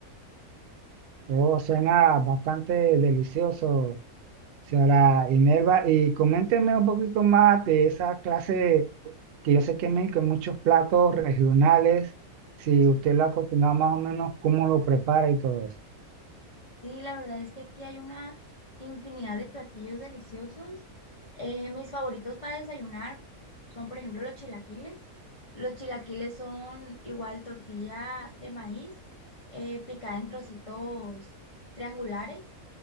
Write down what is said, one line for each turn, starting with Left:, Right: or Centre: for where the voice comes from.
Right: Oh, suena bastante delicioso, Señora Inerva, y coménteme un poquito más de esa clase que yo sé que en México hay muchos platos regionales, si usted lo ha cocinado más o menos, cómo lo prepara y todo eso.
Left: Sí, la verdad es que aquí hay una infinidad de platillos deliciosos. Eh, mis favoritos para desayunar son, por ejemplo, los chilaquiles. Los chilaquiles son igual tortilla de maíz eh, picada en trocitos triangulares.